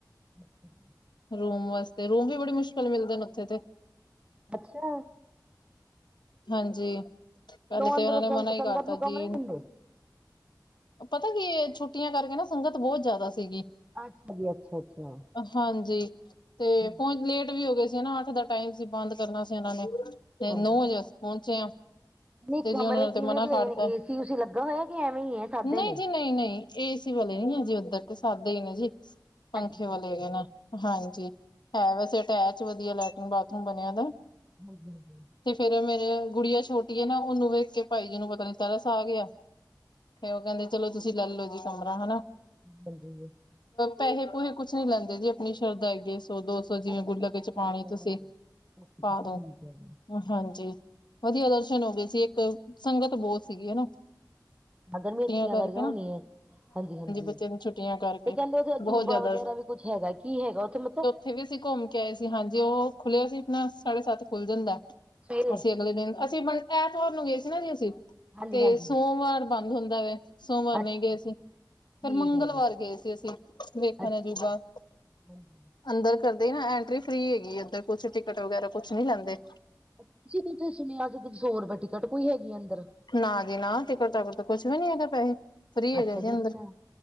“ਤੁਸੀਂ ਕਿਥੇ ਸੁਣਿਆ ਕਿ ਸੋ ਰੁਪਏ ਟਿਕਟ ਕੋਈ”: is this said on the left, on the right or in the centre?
Right